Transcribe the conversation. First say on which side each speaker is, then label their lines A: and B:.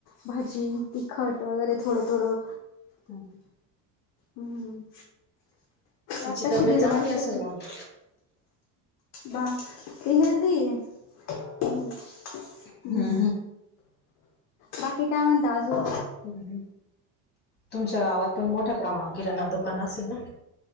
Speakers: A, on the left; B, on the left.
A: भाजी तिखट वगैरे थोडं थोडं
B: हम
A: हम्
B: तिची
A: आताशी
B: तब्येत
A: दीड
B: चांगली
A: वर्षाची
B: असेल मग
A: बा ते हेल्दी हे हम्
B: हम्म
A: बाकी काय म्हणता अजून?
B: ह तुमच्या गावात पण मोठ्या प्रमाणात किराणा दुकान असेल ना?